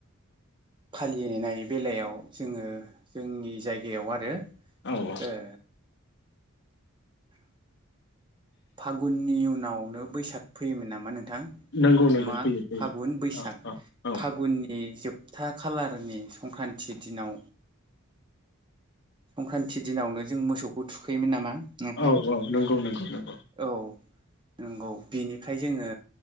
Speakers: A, on the right (about 20°); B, on the left (about 55°).
A: फालिनाय बेलायाव जोङो जोंनि जायगायाव आरो ए
B: औ औ
A: फागुननि उनावनो बैसाग फैयोमोन ना- मा नोंथां
B: नंगौ नंगौ
A: माग
B: फैयो फैयो
A: फागुन बैसाग
B: औ औ औ
A: फागुननि जोब- था खालारनि संक्रान्ति दिनाव संक्रान्ति दिनावनो जों मोसौखौ थुखैयोमोन नामा नोंथां
B: औ औ नंगौ नंगौ नंगौ
A: औ नंगौ बिनिफ्राय जोङो